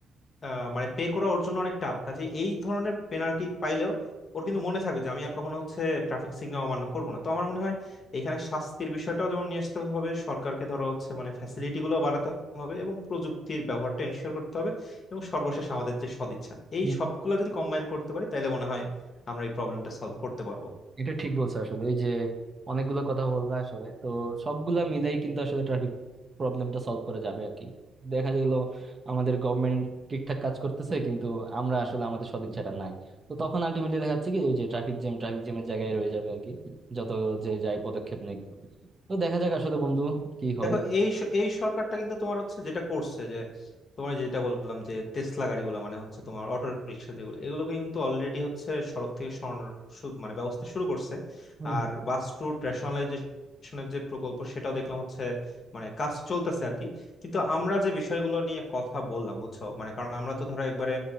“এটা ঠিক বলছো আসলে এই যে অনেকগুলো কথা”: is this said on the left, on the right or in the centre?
Right